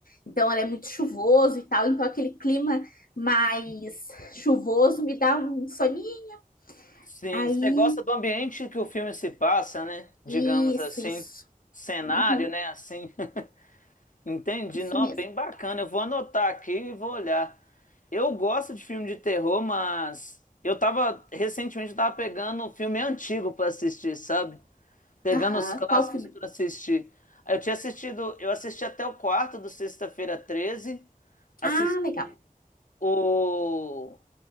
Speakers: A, on the left; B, on the left.
A: Então ela é muito chuvoso e tal, então aquele clima mais chuvoso me dá um soninho.
B: Sim,
A: Aí,
B: você gosta do ambiente que o filme se passa, né? Digamos
A: isso,
B: assim,
A: isso.
B: cenário,
A: Uhum,
B: né? Assim, <laughs> entendi.
A: isso
B: Não,
A: mesmo.
B: bem bacana. Eu vou anotar aqui e vou olhar. Eu gosto de filme de terror, mas eu tava recentemente eu tava pegando um filme antigo pra assistir, sabe? Pegando
A: Aham.
B: os clássicos
A: Qual filme?
B: para assistir. Aí Eu tinha assistido, eu assisti até o quarto do Sexta-feira 13. Assisti
A: Ah, legal.
B: o.